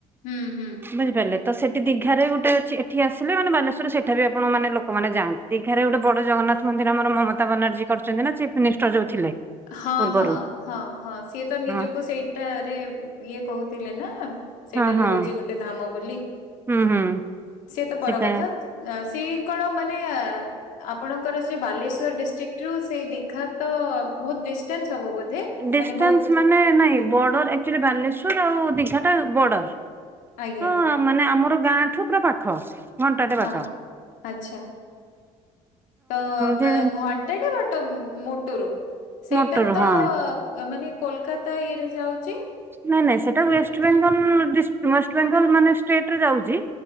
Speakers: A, on the left; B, on the right.
A: ହୁଁ ହୁଁ।
B: ବୁଝିପାରିଲେ? ତ ସେଠି ଦିଘାରେ ଗୋଟେ ଅଛି ଏଠି ଆସିଲେ ମାନେ ବାଲେଶ୍ୱର ସେଠା ବି ଆପଣ ମାନେ ଲୋକମାନେ ଯାଆନ୍ତି। ଦିଘାରେ ଗୋଟେ ବଡ ଜଗନ୍ନାଥ ମନ୍ଦିର ଆମର ମମତା ବାନାର୍ଜୀ କରିଛନ୍ତି ନା ଚିଫ୍ ମିନିଷ୍ଟର ଯୋଉ ଥିଲେ
A: ହଁ,
B: ପୂର୍ବରୁ
A: ହଁ, ହଁ, ହଁ ସିଏ ତ ନିଜକୁ
B: ହଁ
A: ସେଇଟାରେ ଇଏ କହୁଥିଲେ ନା ସେଇଟା
B: ହଁ ହଁ
A: ବି ହଉଛି ଗୋଟେ ଧାମ ବୋଲି
B: ହୁଁ ହୁଁ
A: ସିଏ ତ ପର
B: ସେଟା
A: କଥା ନା ସେ କଣ ମାନେ ଆ ଆପଣଙ୍କର ସେ ବାଲେଶ୍ଵର ଡିଷ୍ଟ୍ରିକ୍ଟ ରୁ ସେଇ ଦିଘା ତ ବହୁତ ଡିଷ୍ଟଟାନ୍ସ ହବ ବୋଧେ?
B: ଡିଷ୍ଟାନ୍ସ
A: ମାନେ ବହୁତ
B: ମାନେ ନାଇଁ ବର୍ଡର ଆକ୍ଚୁଆଲି ବାଲେଶ୍ଵର ଆଉ ଦିଘାଟା ବର୍ଡର
A: ଆଜ୍ଞା।
B: ତ ମାନେ ଆମର ଗାଁ ଠୁ ପୁରା ପାଖ। ଘଣ୍ଟାଟେ ବାଟ
A: ହଁ ଆଚ୍ଛା। ତ ଉମ
B: ଯେ
A: ଘଣ୍ଟାଟା ବାଟ ମୋଟରୁ ସେଇଟା
B: ମୋଟର
A: ତ
B: ହଁ
A: ଉମ ମାନେ କୋଲକାତା ଇଏରେ ଯାଉଛି
B: ନାଇଁ ନାଇଁ ସେଇଟା ୱେଷ୍ଟବେଙ୍ଗଲ ଦିଷ୍ଟ ୱେଷ୍ଟବେଙ୍ଗଲ ମାନେ ଷ୍ଟେଟ ରେ ଯାଉଛି